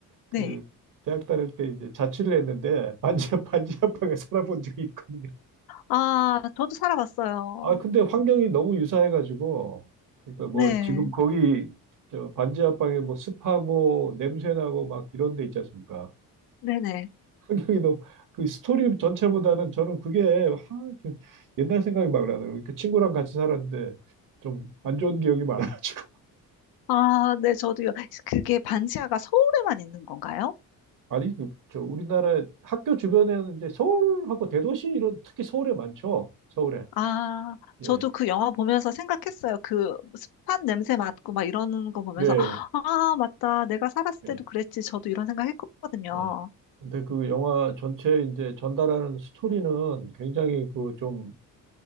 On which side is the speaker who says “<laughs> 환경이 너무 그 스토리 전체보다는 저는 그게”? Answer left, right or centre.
Right